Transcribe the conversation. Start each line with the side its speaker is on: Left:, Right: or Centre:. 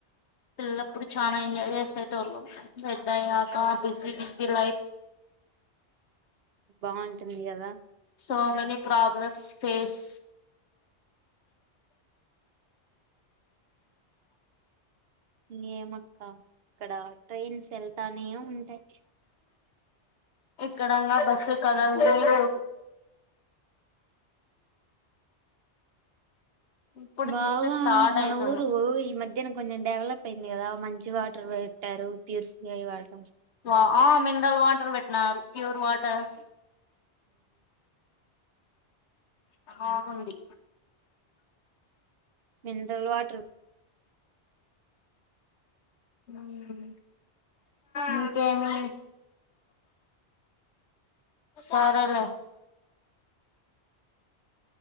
Left: పిల్లప్పుడు చానా ఎంజాయ్ చేసేటోళ్ళం పెద్ద అయ్యాక బిజీ బిజీ లైఫ్.
Right: బాగుంటుంది కదా
Left: సో మెనీ ప్రాబ్లమ్స్ ఫేస్
Right: ఇంగేమక్క ఇక్కడ ట్రైన్స్ వెళ్తానే ఉంటాయ్
Left: ఇక్కడ ఇంగా బస్సు కదల్లేదు ఇప్పుడు
Right: బాబ
Left: జస్ట్ స్టార్ట్
Right: మన
Left: అయితుంది
Right: ఊరు ఈ మధ్యన కొంచెం డెవలప్ అయింది కదా మంచి వా పెట్టారు ప్యూర్ అయి వాళ్ట
Left: వా ఆ మినరల్ వాటర్ పెట్టినారు ప్యూర్ వాటర్ కా బాగుంది
Right: మినరల్ వాటర్
Left: ఉమ్మ్ ఇంకేమి సరేలే